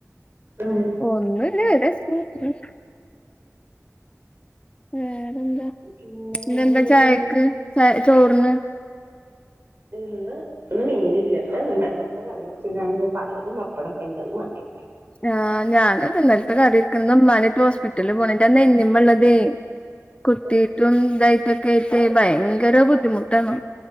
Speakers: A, on the right (about 45°); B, on the left (about 20°).
A: ഉമ്
B: ഒന്നുല്ല ഒരു രസം അത്രള്ളു വേറെന്താ
A: പിന്നെ വേറെ
B: ഇന്നന്താ
A: എന്തൊക്കെയാന്ന്
B: ചായക്ക് ച ചോറിന്
A: തിന്ന് ഇന്ന് മീനില്ല വെണ്ടൊക്ക കറി വെച്ച് ങ്ങാണ്ട് പയറും പപ്പടൊക്കെണ്ട് അത് മതില്ല
B: ആ ഞാനത് ഇന്നലത്തെ കറിയിരിക്കണ് ഇന്ന് ഉമ്മായിട്ട് ഹോസ്പിറ്റലിൽ പോണം ഇന്റ നെഞ്ഞിമേള്ളതേ കുത്തിട്ടും
A: ആഹ്
B: ഇതായിട്ടൊക്കെ ആയിട്ട് ഭയങ്കര ബുദ്ധിമുട്ടാണ്